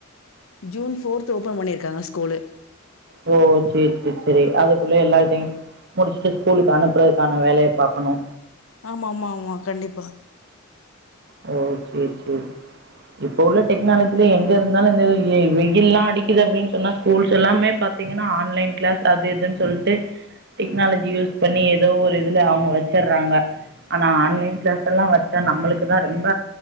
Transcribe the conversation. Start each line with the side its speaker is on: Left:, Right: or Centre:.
Left: ஜூன் போர்த் ஓபன் பண்ணிருக்காங்க ஸ்கூலு
Right: ஓ செரி செரி செரி அதுக்குள்ள எல்லாத்தையு முடிச்சுட்டு ஸ்கூலுக்கு அனுப்புறதுக்கான வேலைய பார்கக்கணு
Left: ஆமா ஆமா ஆமா கண்டிப்பா
Right: ஓ செரி செரி இப்ப உள்ள டெக்னாலஜில எங்க இருந்தாலு இந்த வெயில்லா அடிக்குது அப்படின்னு சொன்னா ஸ்கூல்ஸ் எல்லாமே பாத்தீங்கன்னா ஆன்லைன் கிளாஸ் அது இதுன்னு சொல்ட்டு டெக்னாலஜி யூஸ் பண்ணி ஏதோ ஒரு இதுல அவங்க வச்சறாங்க ஆனா ஆன்லைன் கிளாஸ்ல்லா வச்சா நம்மளுக்கு தா ரொம்ப